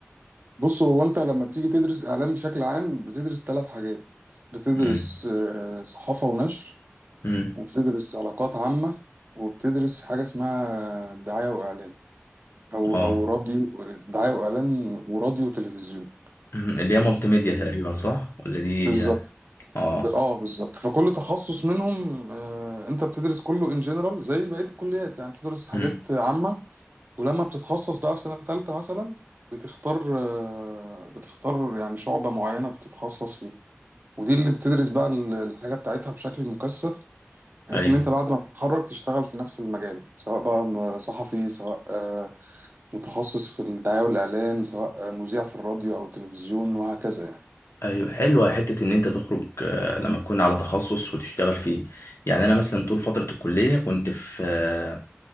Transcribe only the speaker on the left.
امم
امم
اه
مم. اللي هي مالتي ميديا تقريبا صح ولا دي
اه
امم
ايوه
ايوه حلوه حته ان انت تخرج آه، لما تكون على تخصص وتشتغل فيه يعني انا مثلا طول فتره الكليه كنت في آه،